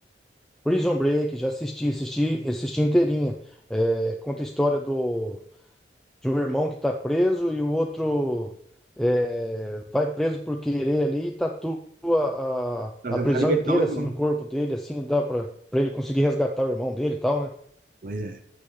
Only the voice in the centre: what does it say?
Prison Break, já assisti, assisti, assisti inteirinha. É, conta a história do, de um irmão que tá preso e o outro é, vai preso por querer ali e tatua a,
a
prisão
inteira
assim no corpo dele, assim, dá pra, pra ele conseguir resgatar o irmão dele e tal, né?